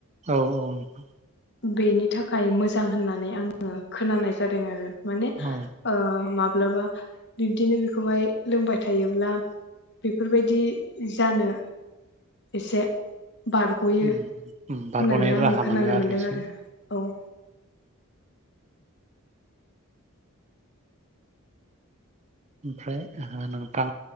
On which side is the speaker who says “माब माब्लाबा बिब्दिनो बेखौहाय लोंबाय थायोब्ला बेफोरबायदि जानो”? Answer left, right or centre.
Left